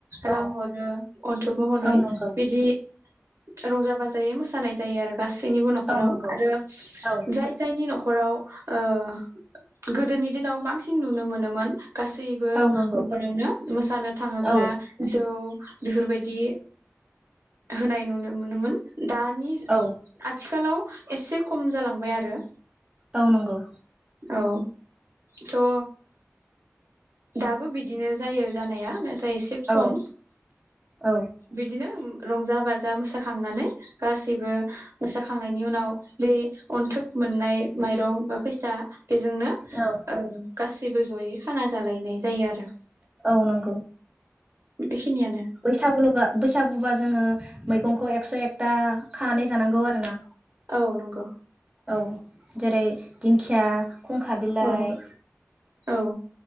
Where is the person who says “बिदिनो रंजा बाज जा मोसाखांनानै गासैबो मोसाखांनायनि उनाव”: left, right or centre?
Right